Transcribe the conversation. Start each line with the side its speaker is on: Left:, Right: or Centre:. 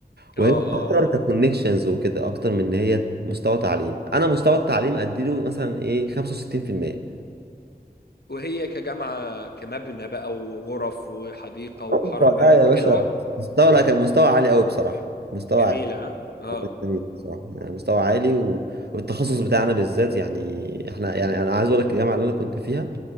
Left: اه
Right: وهي
Left: اه
Right: اكتر ككونكشنز
Left: اه اه.
Right: وكده اكتر من ان هي مستوى تعليم انا مستوى التعليم اديله مثلا ايه 65%
Left: وهي كجامعة كمبنى بقى وغرف وحديقة وحرم
Right: اوبا
Left: جميل
Right: لا يا باشا
Left: حلوة
Right: مستوى لا كان مستوى عالي قوي بصراحه مستوى
Left: جميلة
Right: عالي
Left: اه آه.
Right: والله جميل بصراحه يعني مستوى عالي و... والتخصص بتاعنا بالذات يعني احنا يعني انا عايز اقول لك الجامعه اللي انا كنت فيها